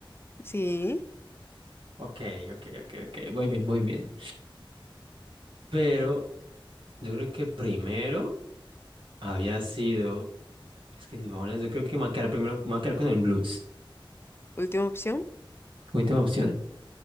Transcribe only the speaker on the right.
Ok, ok, ok, ok, muy bien, muy bien. Pero yo creo que primero había sido, es que New Orleans, yo creo que me voy a quedar primero, me voy a quedar con el blues.
Última opción.